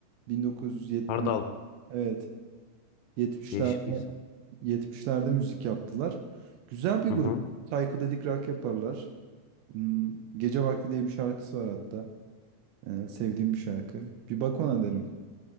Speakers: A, on the right; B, on the left.
A: 1970.
B: Hardal.
A: Evet. 70'lerde
B: Değişik bir isim.
A: Yetmişlerde müzik yaptılar. Güzel bir
B: Hı
A: grup.
B: hı.
A: Psychedelic rock yaparlar. Hmm, Gece Vakti diye bir şarkısı var hatta. Ee, sevdiğim bir şarkı. Bir bak ona derim.